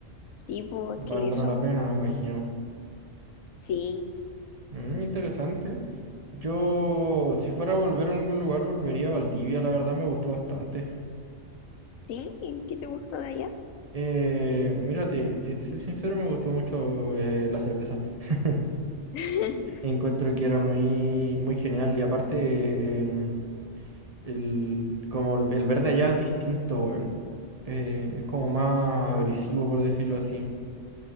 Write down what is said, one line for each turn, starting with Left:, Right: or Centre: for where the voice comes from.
Left: Sí, pues
Right: Valdrá
Left: que eso,
Right: la pena, me imagino.
Left: sí.
Right: Mm, interesante. Yo, si fuera a volver a algún lugar, volvería a Valdivia, la verdad me gustó bastante.
Left: ¿Sí? ¿Y qué te gustó de allá?
Right: Eh, mírate, si te soy sincero, me gustó mucho eh, la cerveza. <laughs>
Left: <laughs>
Right: Encuentro que era muy, muy genial y aparte, em, el, como el, el verde allá es distinto, weón. Eh, es como más agresivo, por decirlo así.